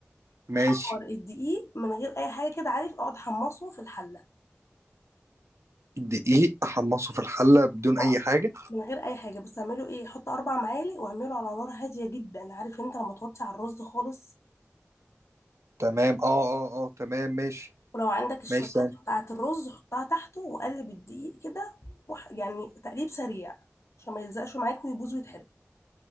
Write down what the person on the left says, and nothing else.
حمر الدقيق من غير اي حاجه كده عارف اقعد حمصه في الحله
اه
من غير اي حاجه بس اعمله ايه حط اربع معالق واعمله على نار هاديه جدا عارف انت لما توطي على الرز خالص
ولو عندك الشويات
بتاعة الرز حطها تحته وقلب الدقيق كده وح... يعني تقليب سريع عشان ما يلزقش معاك ويبوظ ويتحرق